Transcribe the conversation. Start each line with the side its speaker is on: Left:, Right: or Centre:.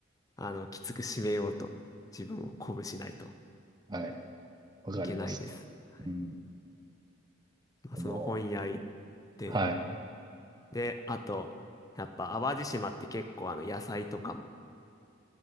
Left: あの、きつく締めようと、自分を鼓舞しないと
Right: はい。わかります。
Left: いけないです。はい。
Right: うん。
Left: まあ、その本屋行っ
Right: その、
Left: て、
Right: はい。
Left: で、あと、やっぱ淡路島って結構あの野菜とかも